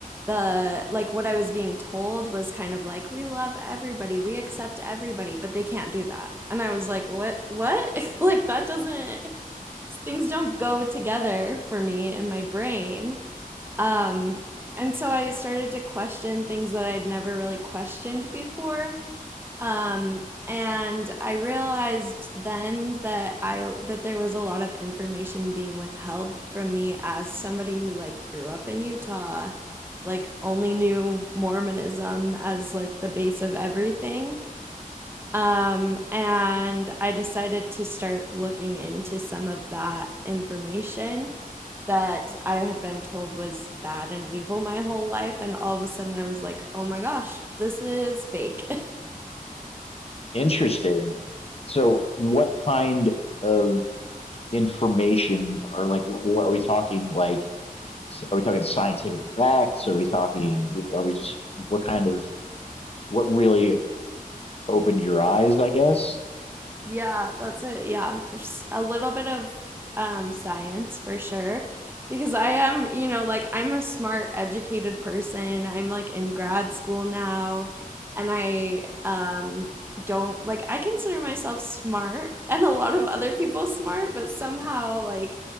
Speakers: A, on the right; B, on the left.
A: the like what I was being told was kind of like we love everybody, we accept everybody, but they can't do that. And I was like, "What? What? <laughs> like that doesn't things don't go together for me in my brain." Um and so I started to question things that I'd never really questioned before. Um, and I realized then that I that there was a lot of information being withheld from me as somebody who like grew up in Utah, like only knew Mormonism as like the base of everything. Um, and I decided to start looking into some of that information that I had been told was bad and evil my whole life. And all of a sudden I was like, oh my gosh, this is fake. <laughs>
B: Interesting. So, what kind of information, or like, wh- what are we talking? Like, s- are we talking scientific facts? Are we talking? Are we just what kind of what really opened your eyes? I guess,
A: Yeah, that's it. Yeah, just a little bit of um, science for sure. Because I am, you know, like I'm a smart, educated person. I'm like in grad school now, and I um, don't like I consider myself smart and a lot of other people smart, but somehow like